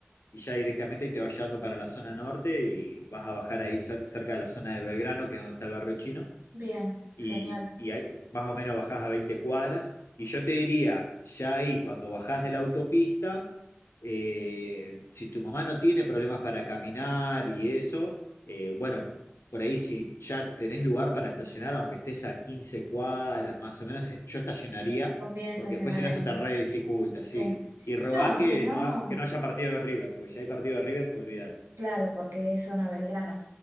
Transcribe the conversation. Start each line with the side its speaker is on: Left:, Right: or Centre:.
Left: y ya directamente ahí te vas llevando para la zona norte y vas a bajar ahí cer- cerca de la zona de Belgrano, que es donde está el barrio chino
Right: Bien,
Left: y,
Right: genial,
Left: y ahí más o menos bajás a 20 cuadras. Y yo te diría, ya ahí cuando bajás de la autopista, eh, si tu mamá no tiene problemas para caminar y eso, eh, bueno, por ahí si ya tenés lugar para estacionar, aunque estés a 15 cuadras más o menos, eh, yo estacionaría,
Right: conviene estacionar
Left: porque después si
Right: ahí.
Left: no se te re dificulta,
Right: Sí.
Left: sí. Y rogá
Right: No,
Left: que
Right: si no,
Left: no, ha- que no haya partido de River, porque si hay partido de River, olvídate.
Right: claro, porque es zona Belgrano.